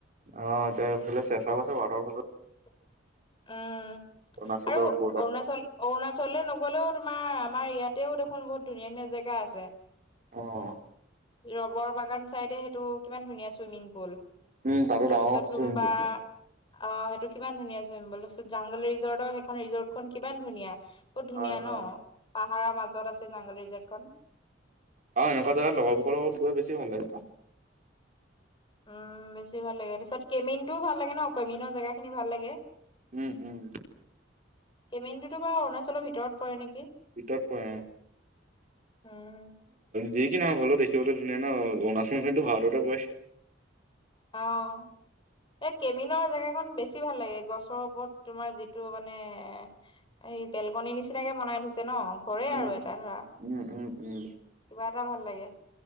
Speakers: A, on the right; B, on the left.
A: অ এতিয়া এইফালে <unintelligible> আছে ৱাটাৰ ফলত
B: উম
A: অৰুণাচলৰ
B: আৰু
A: বৰ্ডাৰ।
B: অৰুণাচল অৰুণাচলেলৈ নগলেও তোমাৰ আমাৰ ইয়াতেও দেখোন বহুত ধুনীয়া ধুনীয়া জেগা আছে
A: আহ
B: ৰবৰ বাগান চাইডে সেইটো কিমান ধুনীয়া চুইমিং পুল
A: উম তাতো
B: তাৰপিছত
A: ডাঙৰ চুইমিং
B: তুম বা
A: পুল
B: অ সেইটো কিমান ধুনীয়া চব পিছত জাংগলী ৰিজৰ্ট সেইখন ৰিজখন কিমান ধুনীয়া বহুত ধুনীয়া
A: হয়
B: ন
A: হয়।
B: পাহাৰৰ মাজত আছে জাংগলী ৰিজাৰৰ্টখনন
A: অ এনেকুৱা জাগগা <unintelligible> লগত গৈ বেছি ভাল লাগে ন
B: উম বেছি ভাল লাগে ত পাৰিছত কেমিনটোও ভাল লাগে ন কেমিনৰ জেগাখিনি ভাল লাগে
A: উম উম
B: কেমেডুতো বা অৰুণাচলৰ ভিতৰত পৰে নেকি
A: ভিতৰত প
B: উম
A: যিকি নহক <unintelligible> দেখিবলৈ ধুনীয়া ন অৰুণাচলখনো ভাৰততে পৰে
B: আহ এই কেমিনৰ জেগাকন বেছি ভাল লাগে গছৰ ওপৰত তোমাৰ যিটো মানে এ এই বেলগননি নিচিনাকে বনাই থৈছে ন ঘৰে
A: উম
B: আৰু এটা ধৰা কিবা
A: উম উম উম।
B: টা ভাল লাগে